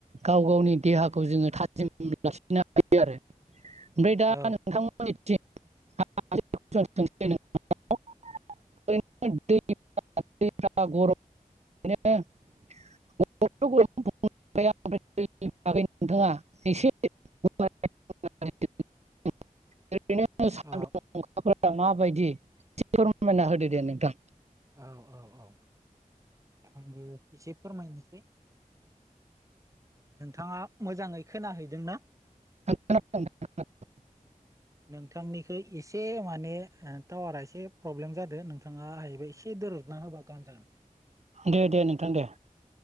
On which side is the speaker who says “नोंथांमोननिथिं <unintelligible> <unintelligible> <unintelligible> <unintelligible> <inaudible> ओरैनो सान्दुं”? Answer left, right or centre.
Right